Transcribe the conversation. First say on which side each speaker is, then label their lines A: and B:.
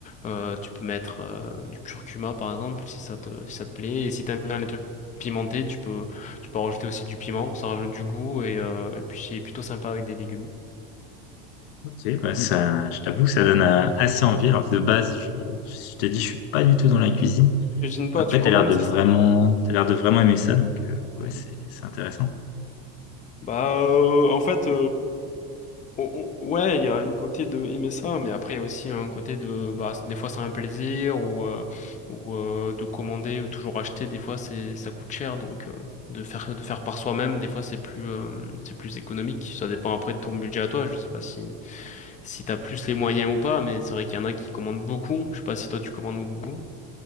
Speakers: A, on the left (about 25°); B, on the left (about 75°).
A: euh, tu peux mettre euh, du curcuma par exemple si ça te, si ça te plaît. Et si t'aimes bien les trucs pimentés, tu peux, tu peux rajouter aussi du piment, ça rajoute du goût et, euh, et puis c'est plutôt sympa avec des légumes.
B: Ok, bah, ça, je t'avoue, ça donne euh, assez envie. Alors que de base, je, je t'ai dit, je suis pas du tout dans la cuisine.
A: Cuisine pas,
B: Après,
A: tu commandes,
B: t'as l'air de
A: c'est
B: vraiment,
A: ça?
B: t'as l'air de vraiment aimer ça, donc euh, ouais, c'est c'est intéressant.
A: Bah, euh, en fait, O- o- Ouais, il y a une côté de aimer ça, mais après il y a aussi un côté de bah des fois c'est un plaisir ou euh, ou euh, de commander ou toujours acheter, des fois c'est ça coûte cher donc euh, de faire de faire par soi-même, des fois c'est plus euh, c'est plus économique, ça dépend après de ton budget à toi, je sais pas si si t'as plus les moyens ou pas, mais c'est vrai qu'il y en a qui commandent beaucoup, je sais pas si toi tu commandes beaucoup.